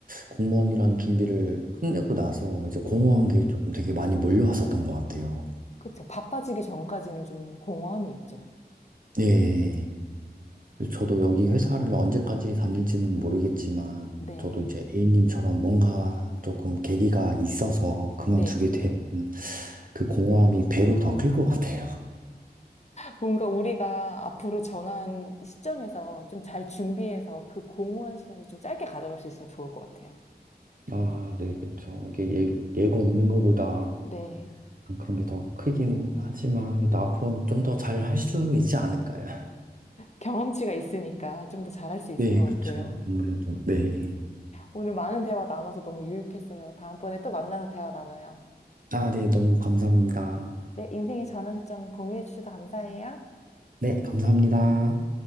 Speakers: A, on the right; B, on the left.
A: 공무원이란 준비를 끝내고 나서 이제 공허한
B: 네.
A: 게 조금 되게 많이 몰려왔었던 것 같아요.
B: 그쵸. 바빠지기 전까지는 좀 공허함이 있죠.
A: 네. 저도 여기 회사를 언제까지 다닐지는 모르겠지만,
B: 네.
A: 저도 이제 A님처럼 뭔가 조금 계기가 있어서 그만두게
B: 네.
A: 되면 그 공허함이 배로 더 클 것 같아요.
B: 뭔가 우리가 앞으로 전환 시점에서 좀 잘 준비해서 그 공허한 시간을 좀 짧게 가져갈 수 있으면 좋을 것 같아요.
A: 아, 네, 그쵸. 이게 예, 예고 없는 것보다
B: 네.
A: 약간 그런 게 더 크긴 하지만, 그래도 앞으로 좀 더 잘 할 수 있지 않을까요?
B: 경험치가 있으니까 좀 더 잘할 수 있을
A: 네,
B: 것
A: 그쵸.
B: 같아요.
A: 아무래도, 네.
B: 오늘 많은 대화 나눠서 너무 유익했어요. 다음번에 또 만나서 대화 나눠요.
A: 아, 네, 너무 감사합니다.
B: 네. 인생의 전환점 공유해 주셔서 감사해요.
A: 네, 감사합니다.